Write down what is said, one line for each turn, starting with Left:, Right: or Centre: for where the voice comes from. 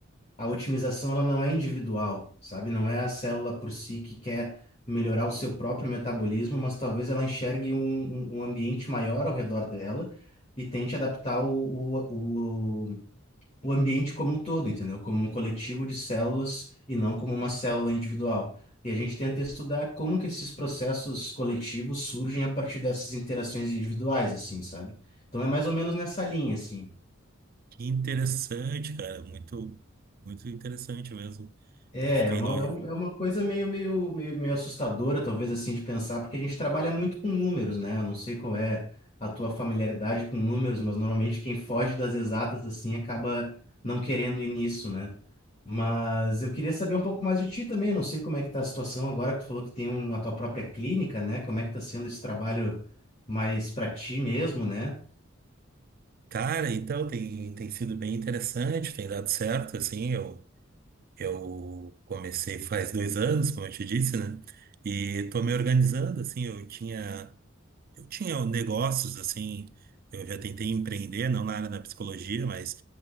Left: a otimização ela não é individual, sabe? Não é a célula por si que quer melhorar o seu próprio metabolismo, mas talvez ela enxergue um, um- um ambiente maior ao redor dela e tente adaptar o, o, o, o ambiente como um todo, entendeu? Como um coletivo de células e não como uma célula individual. E a gente tenta estudar como que esses processos coletivos surgem a partir dessas interações individuais, assim, sabe? Então é mais ou menos nessa linha, assim.
Right: Que interessante, cara. Muito, muito interessante mesmo.
Left: É,
Right: Eu fiquei
Left: é uma,
Right: no.
Left: é um- é uma coisa meio, meio, meio, meio assustadora, talvez, assim, de pensar, porque a gente trabalha muito com números, né? Eu não sei qual é a tua familiaridade com números, mas normalmente quem foge das exatas, assim, acaba não querendo ir nisso, né? Mas eu queria saber um pouco mais de ti também, eu não sei como é que tá a situação agora que tu falou que tem um, a tua própria clínica, né? Como é que tá sendo esse trabalho mais para ti mesmo, né?
Right: Cara, então tem, tem sido bem interessante, tem dado certo, assim. Eu, eu comecei faz dois anos, como eu te disse, né? E tô me organizando, assim. Eu tinha, eu tinha negócios, assim. Eu já tentei empreender, não na área da psicologia, mas